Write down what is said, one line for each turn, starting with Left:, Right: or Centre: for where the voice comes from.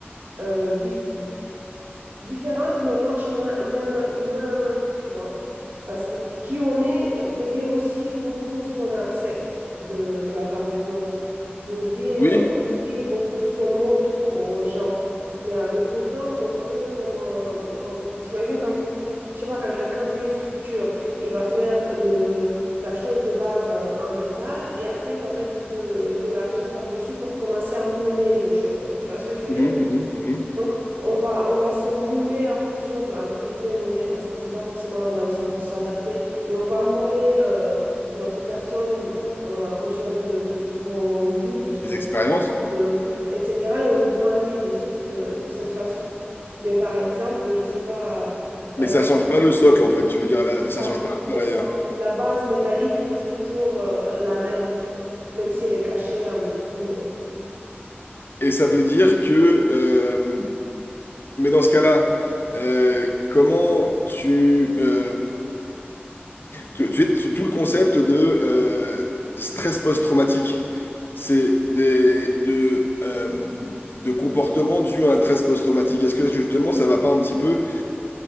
Right: euh, différentes différentes, mais elles marchent main, main, main à main, tu vois. Parce que qui on est euh, veut dire aussi beaucoup ce qu'on accepte de, de la part des autres, veut dire
Left: Oui.
Right: euh, aussi beaucoup ce qu'on montre aux gens. Mais avec le temps, on peut comme, euh, comme t'imagines comme, je sais pas, quand quelqu'un fait une sculpture, il va faire le, la chose de base en, en métal et après il va mettre de, de l'argile par-dessus pour commencer à mouler le chose. Tu vois ce que je veux
Left: Mhm,
Right: dire?
Left: mhm, mhm.
Right: Donc, on va, on va se mouler en fonction de, entre guillemets, mouler, parce que c'est pas forcément dans le sens de s'adapter, mais on va mouler euh, notre personne euh, en fonction de, de ce qu'on vit, de ce qu'on
Left: Les expériences.
Right: rencontre, de- etc. Et on grandit de cette, euh, de cette façon. Mais par exemple, je sais pas,
Left: Mais
Right: euh,
Left: ça change pas le socle, en fait. Tu veux dire, là,
Right: c'est ça,
Left: ça change pas l'intérieur.
Right: c'est ça. La base métallique reste toujours euh, la même, même si elle est cachée en dessous. euh.
Left: Et ça veut dire que... euh, Mais dans ce cas-là, euh, comment tu... euh, Tu, tu sais, tu- tout le concept de euh, stress post-traumatique, c'est des, de, euh, de comportements dus à un stress post-traumatique. Est-ce que justement ça va pas un petit peu